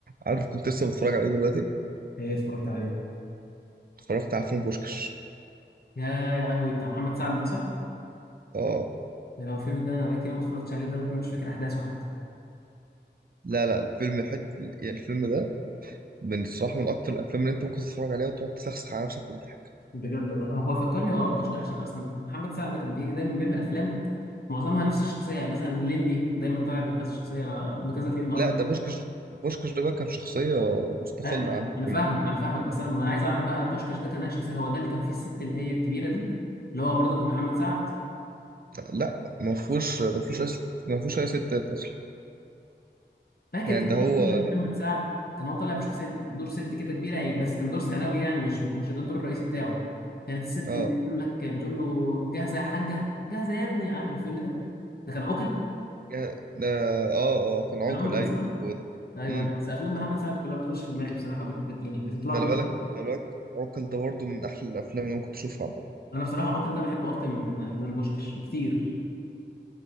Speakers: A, on the right; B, on the left.
A: عارف كنت لسه بتفرج عليه دلوقتي
B: ايه اتفرجت على ايه؟
A: اتفرجت على فيلم بوشكش
B: يا يا لهوي بتاع محمد سعد ده صح؟
A: اه
B: ده لو الفيلم ده انا بقيت يوم ما اتفرجتش عليه لدرجه ان انا مش فاكر احداثه حتى
A: لا لا الفيلم حت... يعني الفيلم ده من الصراحة من أكتر الأفلام اللي أنت ممكن تتفرج عليها وتقعد تسخسخ على نفسك بالضحك
B: بجد والله آه، هو فكرني هو ابوشكا عشان اصلا محمد سعد كان بيجي دايما بيعمل افلام معظمها نفس الشخصيه يعني مثلا الليمبي دايما طالع بكذا شخصيه بكذا فيلم قصدي
A: لا ده بوشكش بوشكش ده بقى كان شخصية مستقلة
B: أيوة، ما
A: عنهم
B: انا
A: كلهم
B: فاهمك ما انا فاهمك بس انا ما انا عايز اعرف بقى بوشكاش ده كان اي شخصيه هو ده اللي كان فيه الست اللي هي الكبيره دي اللي هو برضه كان محمد سعد
A: لا ما فيهوش ما فيهوش أي ست- ما فيهوش أي ستات أصلا
B: فاكر
A: يعني
B: كان
A: ده هو
B: في فيلم لمحمد سعد كان هو طالع بشخصيه دور ست كده كبيره يعني بس كان دور ثانوي يعني مش ما كانش ده الدور الرئيسي بتاعه كانت الست
A: اه
B: اللي هي بتقول لك بتقول له جاهزه يا حاجه جاهزه يا ابني عارف الفيلم ده ده كان عوكل
A: يا- ده اه اه كان عوكل
B: كان عوكل
A: أيوه
B: صح
A: هو ده
B: ايوه
A: امم
B: انا بس افلام محمد سعد كلها بتخش في دماغي بصراحه بت... بت... يعني بتتلخبط
A: خلي بالك خلي بالك عوكل ده برضه من أحلى الأفلام اللي ممكن تشوفها عامة
B: انا بصراحه عوكل ده بحبه اكتر من من بوشكش بكتير